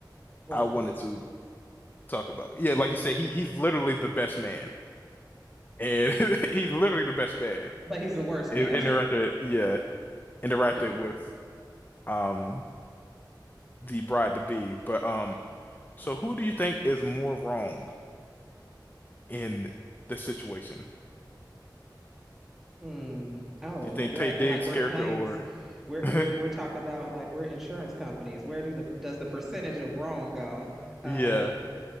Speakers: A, in the centre; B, on the left.
A: What?
B: I wanted to talk about. Yeah, like you said, he he's literally the best man. And <laughs> he's literally the best man.
A: But he's the worst
B: It
A: man.
B: interacted, yeah, interacted
A: <laughs> yeah.
B: with um the bride to be. But um, so who do you think is more wrong in the situation?
A: Hmm. Oh,
B: Do you think
A: you're
B: Tay
A: acting
B: Diggs'
A: like we're
B: character
A: claims.
B: or <laughs>
A: We're we're we're talking about like we're insurance companies. Where do the does the percentage of wrong go? Um,
B: Yeah.